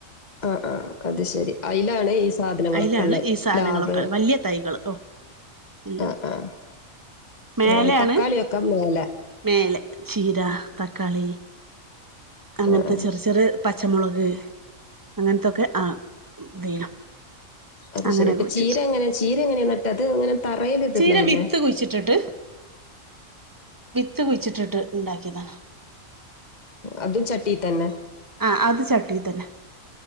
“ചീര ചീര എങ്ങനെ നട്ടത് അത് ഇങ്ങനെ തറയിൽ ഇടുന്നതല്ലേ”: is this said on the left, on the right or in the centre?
Left